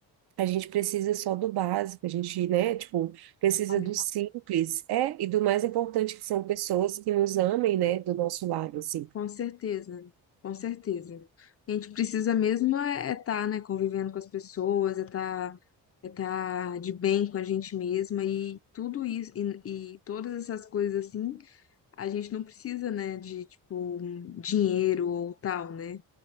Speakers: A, on the right; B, on the left.
A: A gente precisa só do básico, a gente, né, tipo, precisa
B: sim,
A: do simples, é, e do mais importante que são pessoas que nos amem, né, do nosso lado, assim.
B: com certeza, com certeza. A gente precisa mesmo é estar, né, convivendo com as pessoas, é estar é tá de bem com a gente mesma e tudo isso, e, e todas essas coisas assim A gente não precisa, né, de, tipo, dinheiro ou tal, né?